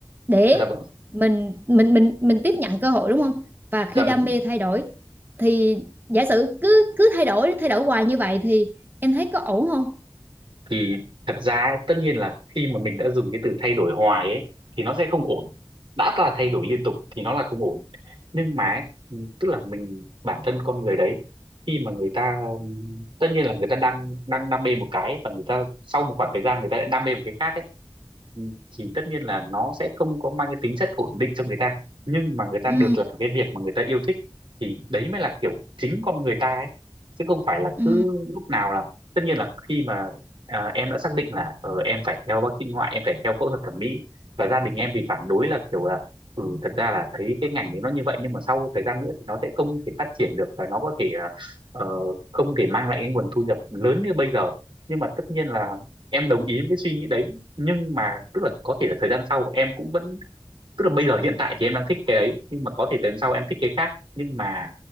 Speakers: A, on the right; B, on the right.
A: để
B: dạ vâng
A: mình mình mình mình tiếp nhận cơ hội đúng không và khi
B: Dạ vâng,
A: đam mê thay đổi thì giả sử cứ cứ thay đổi thay đổi hoài như vậy thì em thấy có ổn không?
B: thì thật ra ấy, tất nhiên là khi mà mình đã dùng cái từ thay đổi hoài ấy thì nó sẽ không ổn. Đã là thay đổi liên tục thì nó là không ổn. Nhưng mà ấy, tức là mình bản thân con người đấy khi mà người ta ừm, tất nhiên là người ta đang đang đam mê một cái và người ta sau một khoảng thời gian người ta lại đam mê một cái khác ấy ừ, thì tất nhiên là nó sẽ không có mang cái tính chất ổn định cho người ta nhưng mà người ta
A: Ừ,
B: được làm cái việc mà người ta yêu thích thì đấy mới là kiểu chính con người ta ấy chứ không phải là
A: ừ,
B: cứ lúc nào là tất nhiên là khi mà à, em đã xác định là ờ, em phải theo bác sĩ ngoại em phải theo phẫu thuật thẩm mỹ và gia đình em thì phản đối là kiểu là ừ thật ra là thấy cái ngành đấy nó như vậy nhưng mà sau thời gian nữa thì nó sẽ không thể phát triển được và nó có thể à, ờ, không thể mang lại cái nguồn thu nhập lớn như bây giờ nhưng mà tất nhiên là em đồng ý với cái suy nghĩ đấy nhưng mà tức là có thể là thời gian sau em cũng vẫn tức là bây giờ hiện tại thì em đang thích cái đấy nhưng mà có thể đến sau em thích cái khác nhưng mà